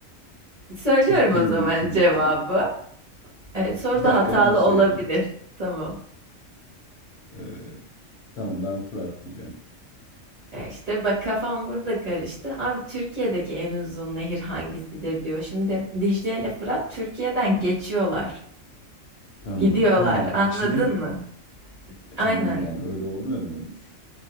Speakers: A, on the right; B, on the left.
A: Söylüyorum
B: <laughs> Türkiye'deki
A: o zaman cevabı.
B: diyor.
A: Evet, soru
B: Bir
A: da
B: dakika
A: hatalı
B: ben söyleyeyim.
A: olabilir. Tamam.
B: Ee, tamam ben Fırat diyeceğim.
A: E, işte bak kafam burada karıştı. Abi Türkiye'deki en uzun nehir hangisidir diyor. Şimdi Dicle ile Fırat Türkiye'den geçiyorlar.
B: Tamam.
A: Gidiyorlar.
B: Ha
A: Anladın
B: içinde mi?
A: mı?
B: E, tamam
A: Aynen
B: yani öyle olmuyor muymuş?